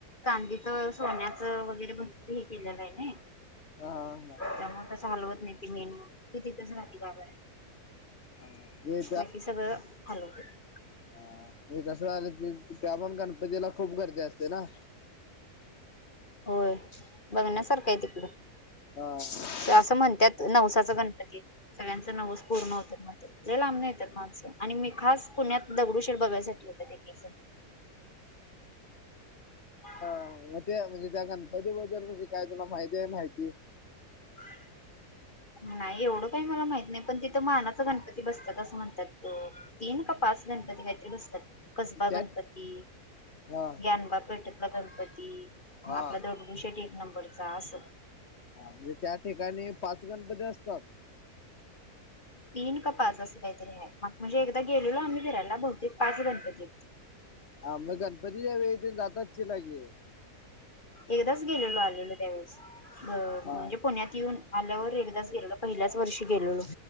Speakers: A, on the left (about 30°); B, on the left (about 45°).
A: चांदीचं सोन्याचं वगैरे भरपूर हे केलेलं आहे नई.
B: हा हा हा.
A: त्यामुळं कसं ते हलवत नाही ते मेन ती तिथंच राहती गाव आहे
B: हा जे
A: बाकी सगळं हालवत्यात.
B: हा कसं झाल त्या पण गणपतीला खूप गर्दी असते ना.
A: होय बघण्यासारखं आहे तिकडं.
B: हा.
A: असं म्हणत्यात नवसाचा गणपती सगळ्यांच नवंस पूर्ण होत्यात म्हणत्यात. लय लांबन येत्यात माणसं आणि मी खास पुण्यात दगडूशेठ बघायसाठी येत्यात एक एक जण. <inaudible>
B: हा मग त्या म्हणजे गणपतीबद्दल म्हणजे काय तुला माहिती आहे माहिती?
A: <inaudible> नाही एवढं काही मला माहित नाही, ‌पण तिथं मानाचा गणपती बसतात असं म्हणतात. तीन का पाच गणपती काहीतरी बसतात. कसबा
B: त्यात
A: गणपती,
B: हा
A: ज्ञानबा पेठतला गणपती,
B: हा
A: आपला दगड दगडूशेठ एक नंबरचा असं.
B: हा म्हणजे त्या ठिकाणी पाच गणपती असतात.
A: तीन का पाच असं काहीतरी आहे. मग म्हणजे एकदा गेलेलो आम्ही फिरायला बहुतेक पाच गणपती हाईत.
B: हा मग गणपतीच्यावेळी‌ तेन जात असशीला की?
A: एकदाच गेलेलो आलेलो त्यावेेळेस म
B: हा
A: म्हणजे पुण्यात येऊन आल्यावर एकदाच गेलेलो, पहिल्याच वर्षी गेलेलो.